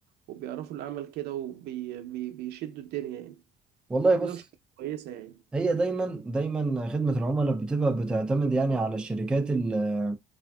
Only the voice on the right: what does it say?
وبيعرفوا اللي عمل كده وبيشدوا الدنيا يعني
دي لو شركة كويسة يعني